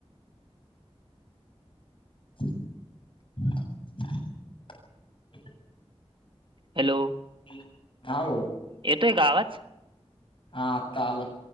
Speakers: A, on the left; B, on the right.
A: <inaudible>
B: हॅलो.
A: हा भाव.
B: येतोय का आवाज?
A: हा आता आला.